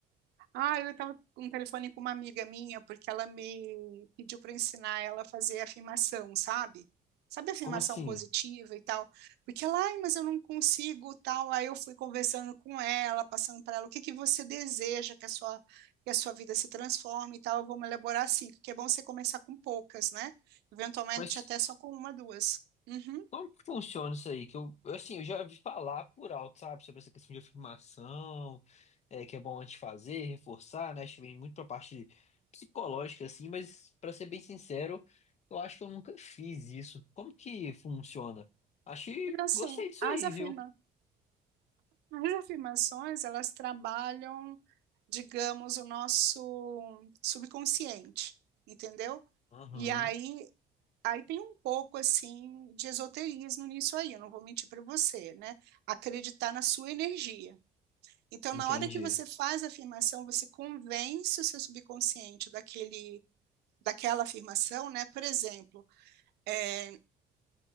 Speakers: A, on the right; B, on the left.
A: Ai, eu tava com um telefone com uma amiga minha, porque ela me pediu para ensinar ela a fazer afirmação, sabe? Sabe afirmação
B: Como assim?
A: positiva e tal? Porque ela, ai, mas eu não consigo, tal. Aí eu fui conversando com ela, passando para ela o que que você deseja que a sua que a sua vida se transforme e tal. Eu vou me elaborar assim, porque é bom você começar com poucas, né? Eventualmente
B: Mas
A: até só com uma, duas. Uhum.
B: como que funciona isso aí? Que eu, eu, assim, eu já vi falar por alto, sabe? Sobre essa questão de afirmação, é, que é bom antes de fazer, reforçar, né? Acho que vem muito pra parte psicológica, assim, mas pra ser bem sincero, eu acho que eu nunca fiz isso. Como que funciona? Acho que
A: Então, assim,
B: gostei disso
A: as
B: aí,
A: afirma...
B: viu?
A: as afirmações, elas trabalham, digamos, o nosso subconsciente, entendeu?
B: Uhum,
A: E aí, aí tem um pouco, assim, de esoterismo nisso aí, eu não vou mentir para você, né? Acreditar na sua energia. Então,
B: entendi.
A: na hora que você faz a afirmação, você convence o seu subconsciente daquele, daquela afirmação, né? Por exemplo, é,